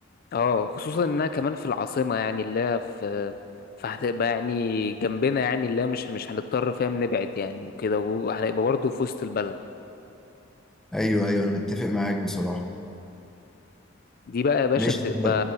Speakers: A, on the left; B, in the centre.
A: اه خصوصا إنها كمان في العاصمة يعني اللي هي في فهتبقى يعني جنبنا يعني اللي هي مش مش هنضطر فاهم نبعد يعني وكده وهنبقى برضه في وسط البلد
B: ايوه ايوه انا متفق معاك بصراحه
A: دي بقى يا باشا
B: ماشي
A: بتبقى
B: طب-